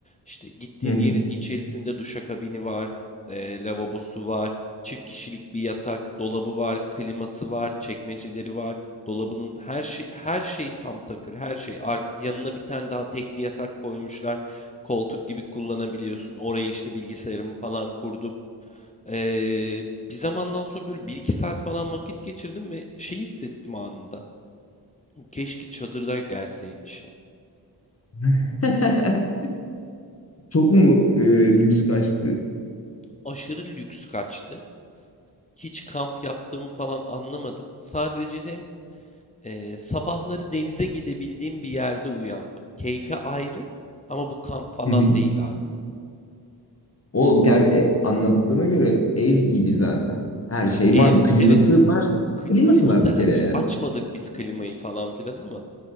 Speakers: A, on the left; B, on the left.
A: İşte gittiğim
B: hı hı.
A: yerin içerisinde duşakabini var, e, lavabosu var, çift kişilik bir yatak, dolabı var, kliması var, çekmeceleri var. Dolabının her şey her şey tam takır, her şey. Ar- yanına bir tane daha tekli yatak koymuşlar. Koltuk gibi kullanabiliyorsun. Oraya işte bilgisayarımı falan kurdum. Ee, bir zamandan sonra böyle bir iki saat falan vakit geçirdim ve şey hissettim anında. Keşke çadırda gelseymişim.
B: <laughs> Çok mu e, lüks kaçtı?
A: aşırı lüks kaçtı. Hiç kamp yaptığımı falan anlamadım. Sadece eee, sabahları denize gidebildiğim bir yerde uyandım. Keyfi ayrı ama bu kamp falan
B: <laughs>
A: değil abi.
B: O ger e, anlattığına göre ev gibi zaten. Her şey
A: Ev,
B: var. Kliması
A: evet
B: varsa
A: kli-
B: kliması
A: kliması
B: var bir
A: her
B: kere
A: şey-
B: yani.
A: açmadık biz klimayı falan filan ama